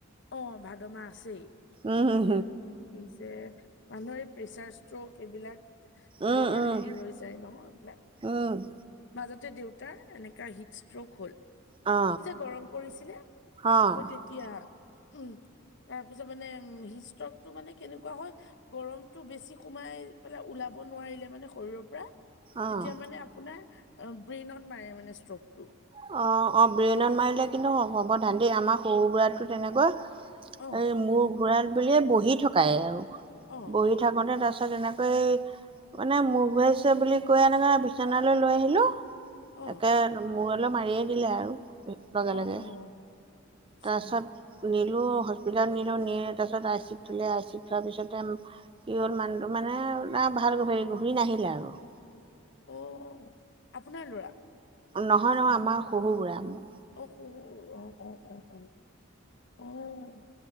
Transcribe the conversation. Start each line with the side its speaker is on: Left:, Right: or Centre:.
Left: অ', ভাদ মাহ আছেই।
Right: উম উম
Left: কি যে মানুহৰ প্ৰেচাৰ, ষ্ট্ৰোক এইবিলাক
Right: উম
Left: বৰ
Right: উম
Left: হেৰি হৈ যায় নহয় এইবিলাক।
Right: উম
Left: মাজতে দেউতাৰ এনেকা হিট ষ্ট্ৰক হল।
Right: অ
Left: খুব যে গৰম পৰিছিলে,
Right: অ
Left: হয় তেতিয়া। উম তাৰ পিছত মানে উম হিতষ্টকটো মানে কেনেকুৱা হয়! গৰমতটো বেছি সোমাই পেলাই ওলাব নোৱাৰিলে মানে শৰীৰৰ পৰা
Right: অ
Left: তেতিয়া মানে আপোনাৰ ব্ৰেইনত মাৰে মানে ষ্ট্ৰকটো।
Right: অ', অ', ব্ৰেইনত মাৰিলে কিন্তু হ'ব ধান দে আমাৰ সহুৰ বুঢ়াটো তেনেকুৱা
Left: অ
Right: এই মোৰ ঘোৰাল বুলিয়ে বহি থকাই আৰু।
Left: অ
Right: বহি থকা থাকোতে তাৰপিছত এনেকৈ মানে মুৰ ঘুৱাইছে বুলি কৈ এনেকে বিচনালৈ লৈ আহিলো।
Left: অ
Right: একে মূৰলে অলপ মাৰিয়ে দিলে আৰু। লগে-লগে
Left: অ অ কৃষ্ণ
Right: তাৰপিছত নিলো হস্পীতালতে নিলো নি তাৰপিছত আই চিউত থুলে আই চিত থোৱাৰ পিছতে কি হ'ল মানুহটো মানে ভাল হেৰি ঘূৰি নাহিলে আৰু।
Left: অ', আপোনাৰ ল'ৰা?
Right: নহয়-নহয় আমাৰ শহুবুঢ়া মানে।
Left: অ', শহুৰ, অ', অ', অ', অ', অহ।